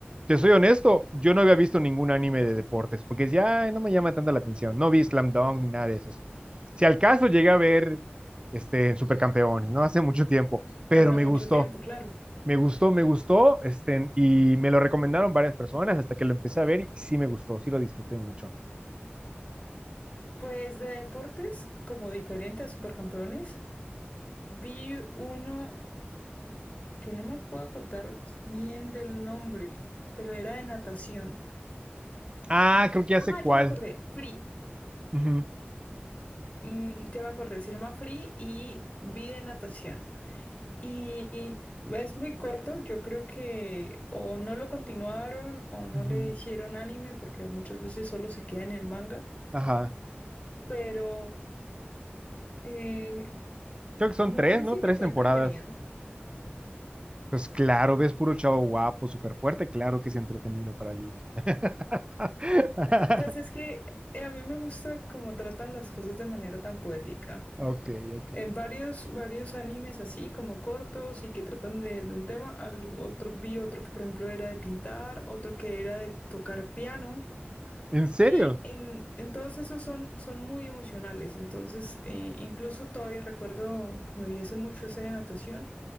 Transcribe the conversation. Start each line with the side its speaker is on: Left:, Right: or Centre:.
Right: Te soy honesto, yo no había visto ningún anime de deportes, porque ya "Ay, no me llama tanto la atención, no vi Slam Dunk ni nada de esos. Si al caso llegué a ver este, Supercampeones, ¿no? Hace mucho tiempo, pero
Left: Hace
Right: me
Left: mucho
Right: gustó.
Left: tiempo, claro.
Right: Me gustó, me gustó, este, y me lo recomendaron varias personas hasta que lo empecé a ver y sí me gustó, sí lo disfruté mucho.
Left: Pues de deportes, como diferente a Supercampeones, vi uno. que no me puedo acordar bien del nombre, pero era de natación.
Right: Ah, creo que ya sé
Left: Ah,
Right: cuál.
Left: ya me acordé, Free.
Right: Ujú,
Left: Mm, ya me acordé, se llama Free y vi de natación. Y, y es muy corto, yo creo que o no lo continuaron o no
Right: ujú.
Left: le hicieron anime, porque muchas veces solo se queda en el manga,
Right: Ajá.
Left: pero eh,
Right: Creo que son
Left: me
Right: tres,
Left: parece
Right: ¿no? Tres
Left: que fue
Right: temporadas.
Left: entretenido.
Right: Pues claro, ves puro chavo guapo, súper fuerte, claro que es entretenido para Lina. <laughs>
Left: Pues es que eh, a mí me gusta cómo tratan las cosas de manera tan poética.
Right: Ok, ok.
Left: En varios, varios animes así, como cortos y que tratan de, de un tema, al otro, vi otro que por ejemplo era de pintar, otro que era de tocar piano,
Right: ¿En serio?
Left: y en, en todos esos son, son muy emocionales, entonces eh, incluso todavía recuerdo que me vi hace mucho ese de natación,